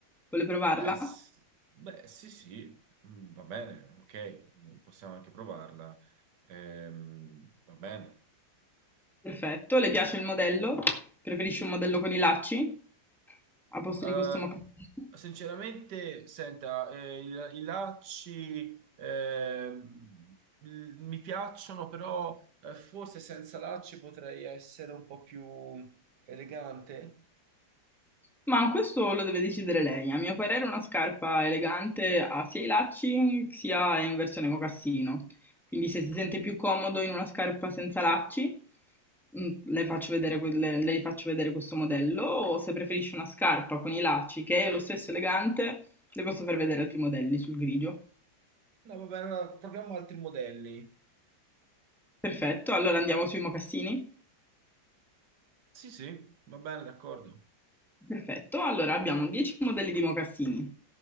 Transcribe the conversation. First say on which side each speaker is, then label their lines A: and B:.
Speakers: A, in the centre; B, on the right.
A: Vuole provarla?
B: Beh, s- beh, sì, sì, Mm, va bene, ok, Mm, possiamo anche provarla. Ehm, va bene.
A: Perfetto, le piace il modello? Preferisce un modello con i lacci? a posto
B: Eh,
A: di questo moccasino.
B: sinceramente, senta, eh, il- i lacci ehm, l- mi piacciono, però eh, forse senza lacci potrei essere un po' più elegante.
A: Ma questo lo deve decidere lei. A mio parere, una scarpa elegante ha sia i lacci sia in versione mocassino. Quindi, se si sente più comodo in una scarpa senza lacci, mm, le faccio vedere, que- le- le faccio vedere questo modello. O se preferisce una scarpa con i lacci che è lo stesso elegante, le posso far vedere altri modelli sul grigio.
B: No, va bene, allora proviamo altri modelli.
A: Perfetto, allora andiamo sui mocassini.
B: Sì, sì, va bene, d'accordo.
A: Perfetto, allora abbiamo 10 modelli di mocassini.